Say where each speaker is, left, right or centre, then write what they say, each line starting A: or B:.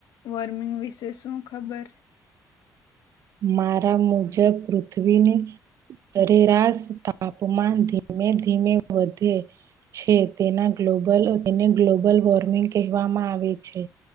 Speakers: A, on the left (about 70°); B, on the right (about 55°).
A: વોર્મિંગ વિશે શું ખબર
B: મારા મુજબ પૃથ્વીની સરેરાશ તાપમાન ધીમે ધીમે વધે છે તેના ગ્લોબલ તેને ગ્લોબલ વોર્મિંગ કહેવામાં આવે છે.